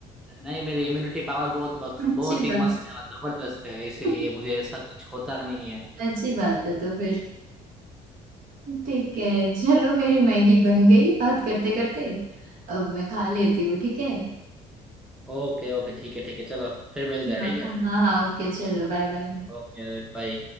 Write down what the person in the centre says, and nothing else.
नहीं मेरी इम्यूनिटी पावर बहुत बख,
बहुत ही
मस्त है मतलब जबरदस्त है इसीलिए
मुझे ऐसा कुछ होता नहीं है
ओके ओके ठीक है ठीक है चलो फिर मिलते हैं
ठीक है
Okay bye